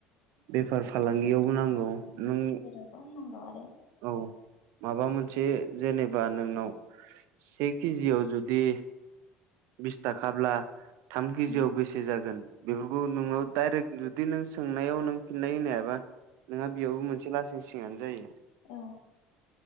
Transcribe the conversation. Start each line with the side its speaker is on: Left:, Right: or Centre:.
Right: बेफार फालांगियावबो नांगौ
Left: ओ
Right: नों
Left: जेरावबो नांगौ आरो
Right: ओ औ माबा मोनसे जेनेबा नोंनाव से केजियाव जुदि बिस थाखाब्ला थाम केजियाव
Left: उम
Right: बेसे जागोन बेफोरखौ नोंनाव दडाइरेक्ट जुदि नों सोंनायाव नों फिननाय होनो हायाबा नोंहा बेयावबो मोनसे लासिं सिङानो जायो
Left: औ